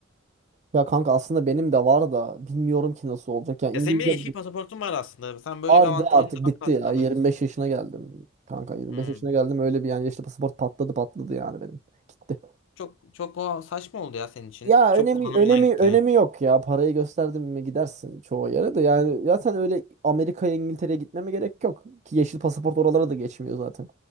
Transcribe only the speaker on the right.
Ya kanka aslında benim de var da bilmiyorum ki nasıl olacak. Ya İngilizce
Vardı
artık
bitti
ya.
25 yaşına geldim. Kanka 25
yaşına geldim öyle bir yani yaşlı pasaport patladı patladı yani benim. Gitti.
Ya
önemi
önemi
önemi yok ya. Parayı gösterdim mi gidersin çoğu yere de. Yani zaten öyle Amerika'ya İngiltere'ye gitmeme gerek yok. Ki yeşil pasaport oralara da geçmiyor zaten.